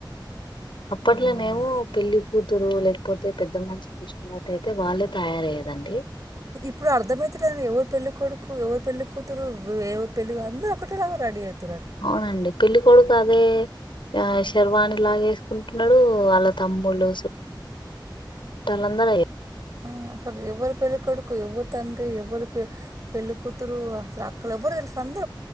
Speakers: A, on the left; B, on the right.
A: అప్పట్లననేమో
B: ఉమ్.
A: పెళ్లి కూతురు లేక లేకపోతే పెద్ద మనిషి పుష్పవతి అయితే వాళ్ళే తయారయ్యేదండీ
B: ఇప్పుడు అర్థమైతలే అండి ఎవరు పెళ్ళి కొడుకు ఎవరు పెళ్ళ కూతురు ఎవరి పెళ్లి అందరు ఒకటేలాగ రెడీ అవుతున్నరు
A: అవునండి పెళ్లికోడుకు అదే ఆ శర్వాని లాగ వేసుకుంటున్నాడు వాళ్ళ తమ్ముడ్లు సుట్టాలందరు అయ్యే
B: ఆ ఎవరు పెళ్ళికొడుకు ఎవరు తండ్రి ఎవరు పెళ్లికూతురు అసలు అక్కడ ఎవరు సందు